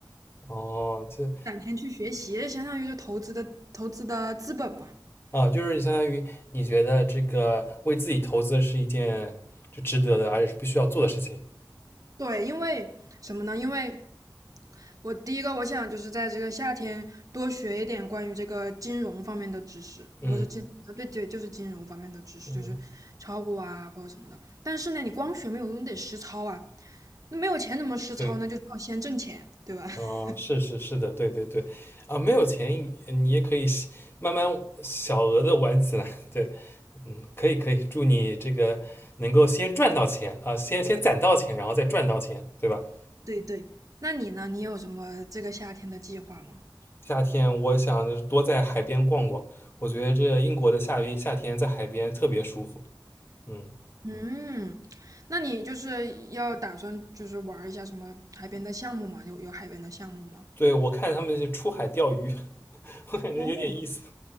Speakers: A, on the left; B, on the right.
A: 哦，这
B: 攒钱去学习，相当于就投资的投资的资本嘛。
A: 啊，就是相当于你觉得这个为自己投资是一件就值得的，而且是必须要做的事情。
B: 对，因为什么呢？因为我第一个我想就是在这个夏天多学一点关于这个金融方面的知识，
A: 嗯
B: 不是金，对对，就是金融方面的知识，
A: 嗯，
B: 就是炒股啊或者什么的。但是呢，你光学没有用，你得实操啊。那没有钱怎么实操呢？
A: 对。
B: 就是要先挣钱，对吧？
A: 哦，
B: <laughs>
A: 是是是的，对对对，啊，没有钱呃你也可以小慢慢小额的玩起来，对，嗯，可以可以，祝你这个能够先赚到钱啊，先先攒到钱，然后再赚到钱，对吧？
B: 对对。那你呢？你有什么这个夏天的计划吗？
A: 夏天我想就是多在海边逛逛，我觉得这英国的夏威夏天在海边特别舒服，嗯，
B: 嗯，那你就是要打算就是玩儿一下什么海边的项目吗？有有海边的项目吗？
A: 对，我看他们是出海钓鱼，<laughs> 我感觉有点意思，
B: 哦，